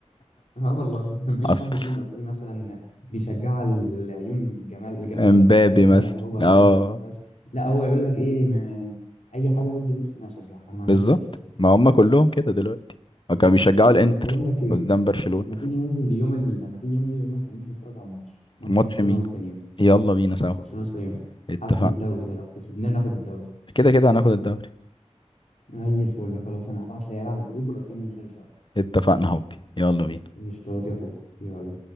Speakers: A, on the left; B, on the left.
A: اه والله <laughs> مفيش
B: حصل
A: حد فيهم هتلاقيه مثلا بيشجع العيون جمال جمال
B: امبابي
A: عيونها ولا حاجه
B: مثلا
A: لا هو عشان
B: اه
A: بس لا هو يقول لك ايه م- اي حاجه ضد ميسي انا هشجعها انا ما عنديش
B: بالظبط
A: مشكله
B: ما هم كلهم كده دلوقتي كانوا بيشجعوا الانتر
A: طب بقول لك ايه
B: قدام برشلونة
A: ما تيجي ننزل اليوم ال... ما تيجي ننزل يوم الخميس نتفرج على ماتش ماتش
B: ماتش
A: برشلونه
B: مين
A: واسبانيول
B: يلا بينا سوا
A: برشلونه وسبانيول
B: اتفقنا
A: حسم الدوري ده لو كسبناه ناخد الدوري
B: كده كده هناخد الدوري
A: زي الفل خلاص انا هبعت العيال على الجروب ولو كان ننزل سوا
B: اتفقنا هوبي يلا بينا
A: قشطات يا حب يلا